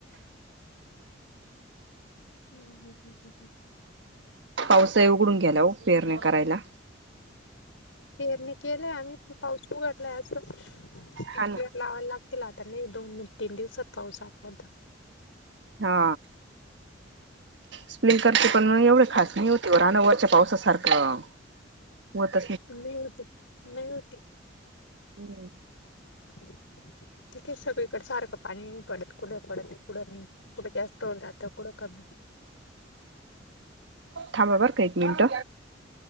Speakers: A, on the left; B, on the right.
A: हम् हम हम ह् ह्म
B: पावसा उघडून ग्याला पेअरणे करायला
A: पेरणी केलेय आम्ही पाऊस उघडलाय असं स्
B: हा ना
A: लावाला लागत तिला आता नाही दोन तीन दिवसात पाऊस आलात
B: हा स्पलिंकरचे पण मग एवढे खास नाही होते व राना वरच्या पावसासारखं हो त
A: नूट नूट
B: नाही
A: तठीक आहे सगळीकडे सारखं पाणी पडत कुढ पडत क नाही कुठं जास्त होऊ जातं कमी
B: थांबा बरं का एक मिनिट